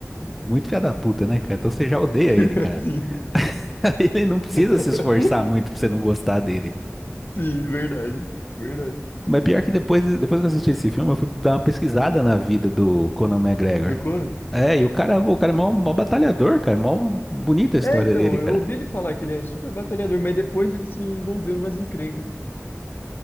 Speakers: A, in the centre; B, on the left.
A: muito filha da puta, né, cara? Então você já odeia
B: <laughs>
A: ele, cara.
B: Sim.
A: <laughs> Ele não
B: <laughs>
A: precisa se esforçar muito pra você não gostar dele.
B: Sim, verdade, verdade.
A: Mas pior que depois, depois que eu assisti esse filme, eu fui dar uma pesquisada na vida do Conor McGregor.
B: Do Conan?
A: É, e o cara, o cara é mó, mó batalhador, cara. Mó bonita a história
B: É, então,
A: dele,
B: eu
A: cara.
B: ouvi ele falar que ele é super batalhador, mas depois ele se envolveu numas encrencas, né?